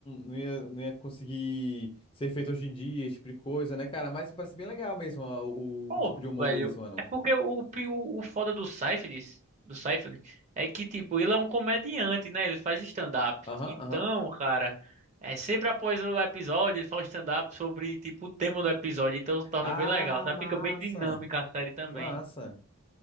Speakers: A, on the left; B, on the right.
A: não ia, não ia conseguir ser feito hoje em dia, esse tipo de coisa, né, cara? Mas parece bem legal mesmo ó, o,
B: Pô,
A: o tipo de humor
B: velho,
A: deles, mano.
B: é porque o, pi- o, o foda do Seyfried, do Seyfried, é que, tipo, ele é um comediante, né? Ele faz stand-up.
A: Aham,
B: Então,
A: aham.
B: cara, é sempre após o episódio, ele faz um stand-up sobre, tipo, o tema do episódio. Então, torna
A: Ah,
B: bem legal. Tá?
A: massa.
B: Fica bem dinâmica a série também.
A: Massa.